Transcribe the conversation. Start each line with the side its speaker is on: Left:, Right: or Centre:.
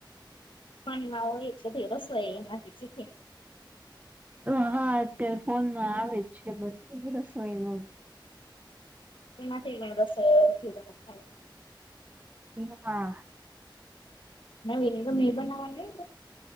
Left: ફોન માં હોય જ બધી રસોઈ એમાં થી શીખી ને.
Right: તો હા અત્યારે ફોનમાં આવે જ છે બધી રસોઈનું.
Left: એમાંથી જ રસોઈ. <unintelligible>
Right: <unintelligible>
Left: નવીન ગમે એ બનાવવાનું હોય ને.